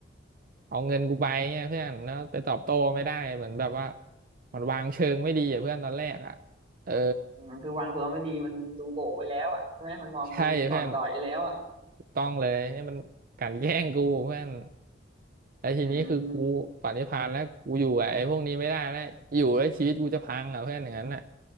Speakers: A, on the right; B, on the right.
A: เอาเงินกูไปเนี่ยเพื่อนแล้วไปตอบโต้ไม่ได้เหมือนแบบว่ามันวางเชิงไม่ดีอ่ะเพื่อนตอนแรกอ่ะเออ
B: อืมคือวางตัวไม่ดีมันดูโบ๋ไว้แล้วอ่ะใช่ไหมมันมองมึงอ่อนด้อยไปแล้วอ่ะ
A: ใช่เพื่อน ต้องเลยเนี่ยมันกลั่นแกล้งกูเพื่อนไอ้ทีนี้คือกูปรินิพานแล้วกูอยู่กับไอ้พวกนี้ไม่ได้แล้วอยู่แล้วชีวิตกูจะพังอ่ะเพื่อนอย่างนั้นน่ะ
B: <laughs> อืม